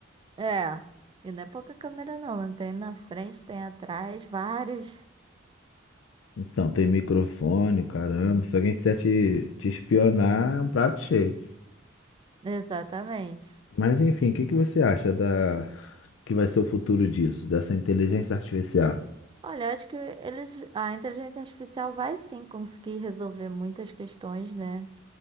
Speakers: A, on the right; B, on the left.
A: É. E não é pouca câmera, não. Não tem na frente, tem atrás, várias.
B: Então, tem microfone, o caramba. Se alguém quiser te, te espionar, é um prato cheio.
A: <laughs> Exatamente.
B: Mas enfim, o que que você acha da que vai ser o futuro disso, dessa inteligência artificial?
A: Olha, acho que eles, a inteligência artificial vai sim conseguir resolver muitas questões, né?